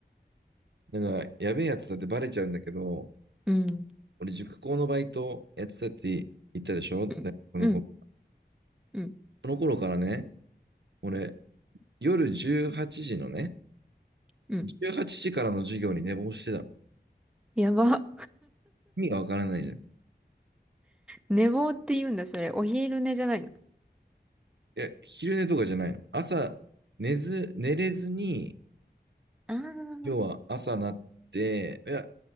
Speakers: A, on the right; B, in the centre.
A: なんか、やべえやつだってバレちゃうんだけど、
B: うん。
A: 俺、塾講のバイトやってたって言ったでしょねこの子
B: うん。うん。うん。
A: その頃からね、俺、夜18時のね、
B: うん
A: 18時からの授業に寝坊してたの。
B: やば。
A: 意味がわからないじゃん。い
B: 寝坊って言うんだ、それ。お昼寝じゃないの。
A: や、昼寝とかじゃないの。朝、寝ず、寝れずに、
B: ああー
A: 要は朝なって、いや、